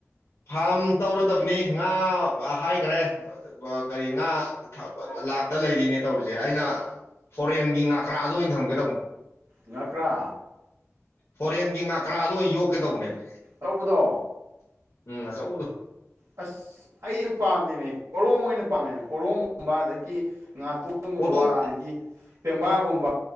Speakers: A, on the left; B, on the right.
A: ꯐꯥꯝ ꯇꯧꯔꯗꯕꯅꯤ ꯉꯥ ꯍꯥꯏꯈ꯭ꯔꯦ ꯀꯔꯤ ꯉꯥ ꯂꯥꯛꯇ ꯂꯩꯔꯤꯅꯦ ꯇꯧꯔꯤꯁꯦ ꯑꯩꯅ ꯐꯣꯔꯦꯟꯒꯤ ꯉꯥꯀ꯭ꯔꯥꯗ ꯑꯣꯏꯅ ꯊꯝꯒꯦꯇꯧꯕꯅꯦ꯫
B: ꯉꯀ꯭ꯔꯥ
A: ꯐꯣꯔꯦꯟꯒꯤ ꯉꯥꯀ꯭ꯔꯥꯗ ꯑꯣꯏꯅ ꯌꯣꯛꯀꯦ ꯇꯧꯕꯅꯦꯕ
B: ꯇꯧꯕꯗꯣ
A: ꯎꯝ ꯑꯆꯧꯕꯗꯣ꯫
B: ꯑꯁ ꯑꯩ ꯑꯗꯨ ꯄꯥꯝꯗꯦꯃꯦ ꯄꯣꯔꯣꯡ ꯑꯣꯏꯅ ꯄꯥꯝꯃꯦ ꯄꯣꯔꯣꯡꯒꯨꯝꯕ ꯑꯗꯒꯤ ꯉꯥꯇꯣꯟꯒꯨꯝꯕ
A: ꯄꯣꯔꯣꯡ
B: ꯑꯗꯒꯤ ꯄꯦꯡꯕꯥꯒꯨꯝꯕ